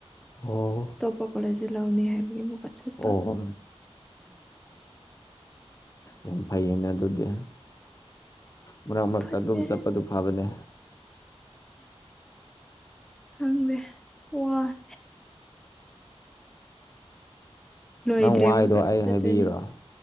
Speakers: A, on the left; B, in the centre.
A: ꯑꯣ
B: ꯑꯇꯣꯞꯄ ꯀꯣꯂꯦꯁꯇꯒꯤ ꯂꯧꯅꯤ ꯍꯥꯏꯕꯒꯤ ꯑꯃꯨꯛꯀ ꯆꯠꯄ
A: ꯑꯣ ꯌꯥꯝ ꯐꯩꯌꯦꯅꯦ ꯑꯗꯨꯗꯤ ꯃꯔꯛ ꯃꯔꯛꯇ
B: ꯐꯠꯇꯦ
A: ꯑꯗꯨꯝ ꯆꯠꯄꯗꯨ ꯐꯕꯅꯦ
B: ꯈꯪꯗꯦ ꯋꯥꯔꯦ ꯂꯣꯏꯗ꯭ꯔꯦ
A: ꯅꯪ ꯋꯥꯏꯗꯣ
B: ꯑꯃꯨꯛꯀ
A: ꯑꯩ
B: ꯆꯠꯇꯣꯏꯅꯦ
A: ꯍꯥꯏꯕꯤꯔꯣ